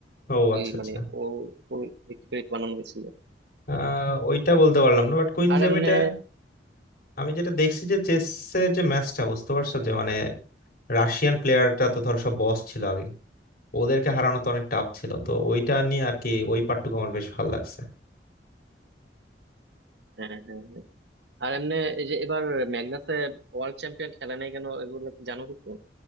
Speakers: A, on the left; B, on the right.
A: ও আচ্ছা
B: ওই
A: আচ্ছা
B: মানে ও ওর ভিত্তি করে বানানো হয়েছিল
A: আহ ওইটা বলতে পারলাম না বাট কুইন
B: আর
A: গ্যাম্বিটে
B: এমনে
A: আমি যেটা দেখছি যে চেসের যে ম্যাচটা বুঝতে পারছো যে মানে রাশিয়ান প্লেয়ারটা তো ধরো সব বস ছিল আগে ওদেরকে হারানো তো অনেক টাফ ছিল তো ওইটা নিয়ে আর কি ওই পার্টটুকু আমার বেশ ভালো লাগছে
B: হ্যাঁ হ্যাঁ হ্যাঁ আর এমনে এই যে এবার ম্যাগনাসে ওয়ার্ল্ড চ্যাম্পিয়ন খেলে নাই কেন এগুলো কি জানো কিছু